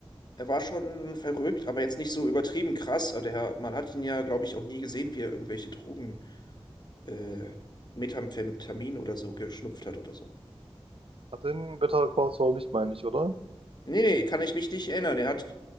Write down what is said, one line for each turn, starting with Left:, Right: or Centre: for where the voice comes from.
Left: er war schon verrückt, aber jetzt nicht so übertrieben krass. Also der, man hat ihn ja, glaube ich, auch nie gesehen, wie er irgendwelche Drogen, äh, Methamphetamin oder so geschnupft hat oder so.
Right: Hat er in Better Call Saul nicht, meine ich, oder?
Left: Nee, nee, kann ich mich nicht erinnern. Er hat